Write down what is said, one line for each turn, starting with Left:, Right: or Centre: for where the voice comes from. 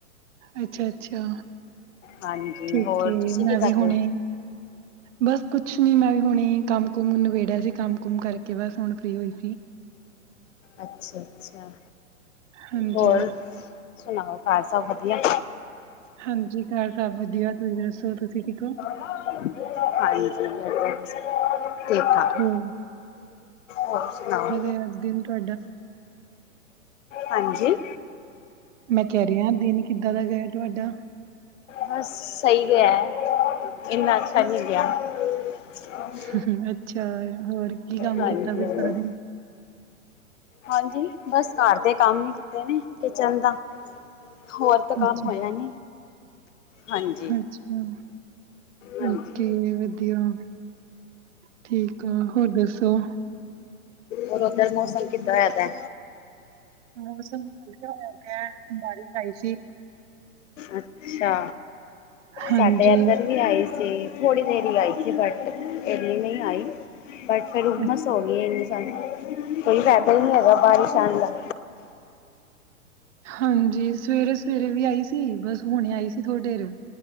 Right: ਅੱਛਾ- ਅੱਛਾ।
Left: ਹਾਂਜੀ,
Right: ਠੀਕ
Left: ਹੋਰ
Right: ਹੈ
Left: ਤੁਸੀਂ
Right: ਮੈਂ
Left: ਕੀ
Right: ਵੀ
Left: ਕਰ ਰੇ
Right: ਹੁਣੇ
Left: ਓ?
Right: ਬਸ ਕੁਛ ਨੀ ਮੈਂ ਵੀ ਹੁਣੇ ਈ ਕੰਮ- ਕੁਮ ਨਿਬੇੜਿਆ ਸੀ। ਕੰਮ- ਕੁਮ ਕਰਕੇ ਬਸ ਹੁਣ ਫ੍ਰੀ ਹੋਈ ਸੀ।
Left: ਅੱਛਾ - ਅੱਛਾ!
Right: ਹਾਂਜੀ
Left: ਹੋਰ ਸੁਣਾਓ ਘਰ ਸਭ ਵਧੀਆ?
Right: ਹਾਂਜੀ ਘਰ ਸਭ ਵਧੀਆ। ਤੁਸੀਂ ਦੱਸੋ ਤੁਸੀਂ ਠੀਕ ਓ?
Left: <inaudible> ਹਾਂਜੀ <unintelligible> ਠੀਕ-ਠਾਕ।
Right: ਹੋਰ
Left: ਹੋਰ ਸੁਨਾਓ?
Right: ਫੇਰ ਅੱਜ ਦਿਨ ਤੁਆ
Left: ਹਾਂਜੀ।
Right: ਮੈਂ ਕੈ ਰੀ ਆ ਦਿਨ ਕਿੱਦਾਂ ਦਾ ਗਿਆ ਤੁਆਡਾ?
Left: ਬਸ ਸਈ ਗਿਆ ਇੰਨਾ ਅੱਛਾ ਨੀ ਗਿਆ। <unintelligible>
Right: <unintelligible> ਅੱਛਾ ਹੋਰ ਕੀ ਕੰਮ
Left: ਹਾਂਜੀ
Right: ਕੀਤਾ ਫੇਰ
Left: ਹਾਂਜੀ
Right: ਸਾਰਾ ਦਿਨ।
Left: ਹਾਂਜੀ ਬਸ ਘਰ ਦੇ ਕੰਮ ਈ ਕੀਤੇ ਨੇ ਕਿਚਨ ਦਾ। ਹੋਰ ਤਾਂ ਕੰਮ
Right: ਅੱਛਾ
Left: ਹੋਇਆ ਨੀ। ਹਾਂਜੀ
Right: ਅੱਛਾ!
Left: ਹਾਂਜੀ
Right: ਓਕੇ, ਵਧੀਆ। ਠੀਕ ਆ, ਹੋਰ ਦੱਸੋ?
Left: ਹੋਰ ਓਧਰ ਮੌਸਮ ਕਿੱਦਾਂ ਹੋਇਐ ਦੈ?
Right: ਮੌਸਮ ਵਧੀਆ ਹੋਇਆ ਪਿਐ, ਬਾਰਿਸ਼ ਆਈ ਸੀ।
Left: ਅੱਛਾ!
Right: ਹਾਂਜੀ
Left: ਸਾਡੇ ਐਧਰ ਵੀ ਆਈ ਸੀ। ਥੋੜੀ ਦੇਰ ਈ ਆਈ ਸੀ ਬਟ ਏਨੀ ਨਈ ਆਈ। ਬਟ ਫੇਰ ਹੁੰਮਸ
Right: ਅ-
Left: ਹੋ ਗੀ ਏ ਏਨੀ ਸਾਰੀ, ਕੋਈ ਫੈਦਾ ਈ ਨੀ ਹੈਗਾ ਬਾਰਿਸ਼ ਆਨ ਦਾ।
Right: ਹਾਂਜੀ ਸਵੇਰੇ -ਸਵੇਰੇ ਵੀ ਆਈ ਸੀ ਬਸ ਹੁਣੇ ਆਈ ਸੀ ਥੋੜੀ ਦੇਰ।